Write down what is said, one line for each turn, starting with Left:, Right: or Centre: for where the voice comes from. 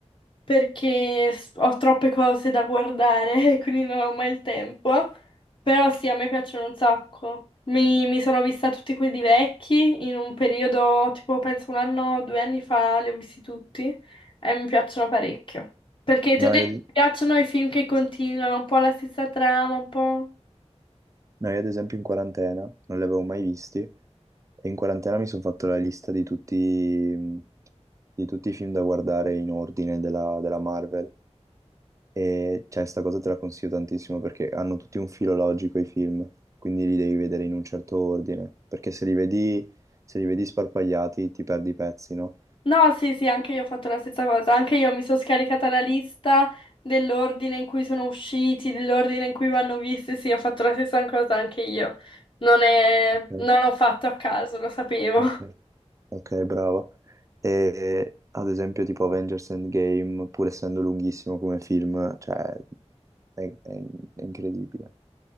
Left: perché s- ho troppe cose da guardare <laughs> e quindi non ho mai il tempo. Però sì, a me piacciono un sacco. Mi, mi sono vista tutti quelli vecchi in un periodo, tipo penso un anno o due anni fa, li ho visti tutti e mi piacciono parecchio. Perché ti
Right: No,
Left: ho detto,
Right: io,
Left: mi piacciono i film che continuano un po' la stessa trama, un po'.
Right: no, io ad esempio in quarantena non li avevo mai visti. E in quarantena mi sono fatto la lista di tutti, mm, di tutti i film da guardare in ordine della, della Marvel. E cioè, sta cosa te la consiglio tantissimo perché hanno tutti un filo logico i film, quindi li devi vedere in un certo ordine. Perché se li vedi, se li vedi sparpagliati ti perdi i pezzi, no?
Left: No, sì, sì, anche io ho fatto la stessa cosa. Anche io mi sono scaricata la lista dell'ordine in cui sono usciti, dell'ordine in cui vanno visti. Sì, ho fatto la stessa cosa anche io. Non è...
Right: Ok,
Left: non l'ho fatto a caso, lo sapevo.
Right: ok.
Left: <laughs>
Right: Ok, brava. E ad esempio tipo Avengers Endgame, pur essendo lunghissimo come film, cioè è, è- è incredibile.